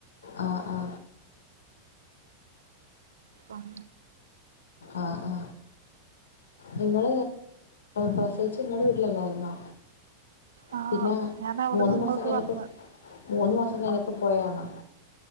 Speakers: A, on the left; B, on the right.
A: ആ ആ..
B: ഉം.
A: ആ ആ.. നിങ്ങൾ പ്രസവിച്ച് നിങ്ങളടെ വീട്ടിലല്ലായിരുന്നോ?
B: ആ
A: പിന്നെ
B: ഞാൻ അവിടുന്ന്
A: മൂന്ന്
B: ഇങ്ങോട്ട്
A: മാസംകഴിഞ്ഞപ്പോ
B: വന്ന്
A: മൂന്ന് മാസം കഴിഞ്ഞപ്പോ പോയതാണോ?